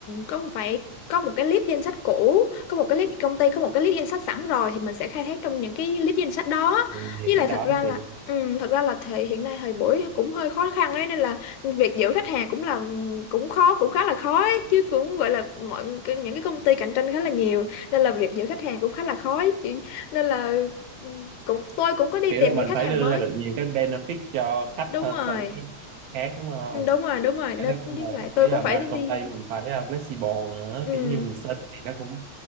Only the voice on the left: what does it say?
có một phải có một cái list danh sách cũ có một cái list công ty có một cái list danh sách sẵn rồi thì mình sẽ khai thác trong những cái list danh sách đó
với lại
thật ra
là ừ, thật ra là thời hiện nay thời buổi cũng hơi khó khăn ấy nên là việc giữ khách hàng cũng là cũng khó cũng khá là khó ấy, chứ cũng gọi là mọi cái- những cái công ty cạnh tranh khá là nhiều nên là việc giữ khách hàng cũng khá là khó ấy. Chỉ- nên là ừ, cũng tôi cũng có đi
tìm
những khách
hàng
mới
đúng
rồi
Ừ, đúng rồi đúng rồi
nên
với
lại
tôi
cũng phải
đi
ừ,